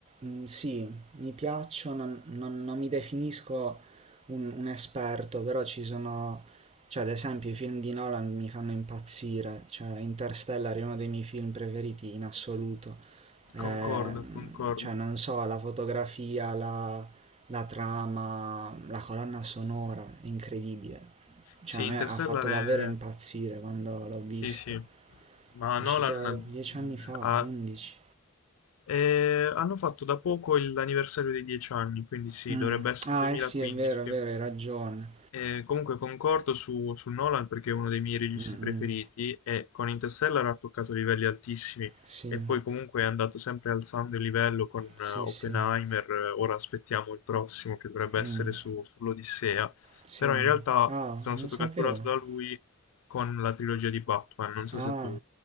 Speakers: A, on the right (about 30°); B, on the left (about 80°).
A: mm, sì, mi piaccio, non, non- non mi definisco un, un esperto, però ci sono, cioè ad esempio i film di Nolan mi fanno impazzire, cioè Interstellar è uno dei miei film preferiti in assoluto, Ehm,
B: Concordo, concordo.
A: cioè non so, la fotografia, la, la trama, la colonna sonora, è incredibile, cioè
B: Sì,
A: a me
B: Interstellar
A: ha fatto davvero
B: è...
A: impazzire quando l'ho visto,
B: Sì, sì, ma
A: è
B: Nolan
A: uscito dieci
B: mm,
A: anni fa,
B: ha-
A: undici.
B: eh, hanno fatto da poco il- l'anniversario dei dieci anni, quindi sì,
A: Mh.
B: dovrebbe essere
A: Ah,
B: 2015.
A: eh sì, è vero, è vero, hai ragione.
B: Eh, comunque concordo su, su Nolan perché è uno dei miei registi
A: Mh-mh.
B: preferiti e con Interstellar ha toccato livelli altissimi
A: Sì,
B: e poi comunque è andato sempre alzando il livello con
A: sì,
B: eh, Oppenheimer,
A: sì.
B: eh, ora aspettiamo il prossimo che dovrebbe
A: Mh,
B: essere su- sull'Odissea,
A: sì.
B: però in realtà
A: Ah,
B: sono
A: non
B: stato
A: sapevo.
B: catturato da lui con la trilogia di Batman, non so
A: Ah.
B: se tu